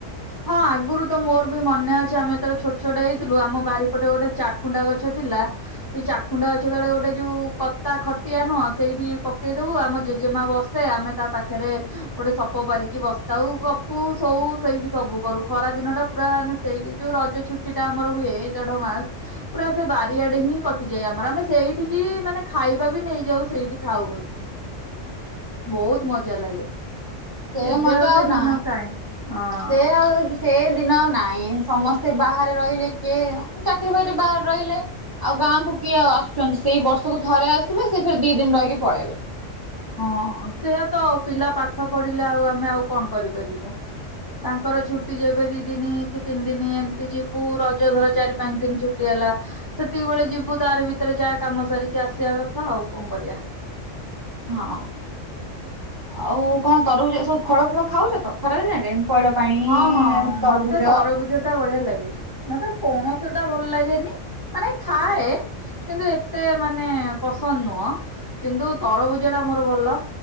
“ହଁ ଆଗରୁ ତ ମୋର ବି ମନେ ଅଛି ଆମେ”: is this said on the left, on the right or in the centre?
Left